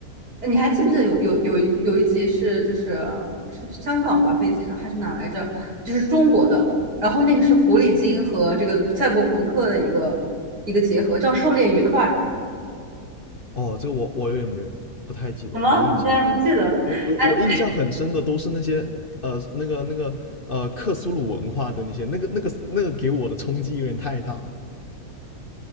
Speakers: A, on the right; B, on the left.
A: 呃你还记不记得有有有一有一集是就是是香港吧背景啊还是哪来着？就是中国的，然后那个是狐狸精和这个赛博朋克的一个一个结合，叫《狩猎愉快》。
B: 哦，这个我我有点没不太记得，
A: 什么？
B: 没印象。
A: 你竟然不记得了？
B: 我我我印象很深的都是那些呃那个那个呃克苏鲁文化的那些，
A: 哎，
B: 那个那个那个给我的冲击有点太大了。